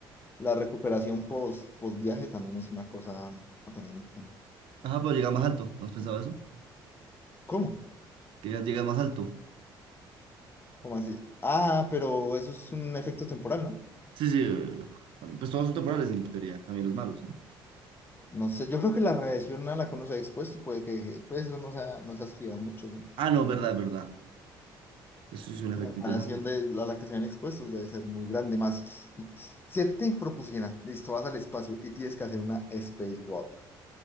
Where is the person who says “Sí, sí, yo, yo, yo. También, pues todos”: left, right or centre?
Right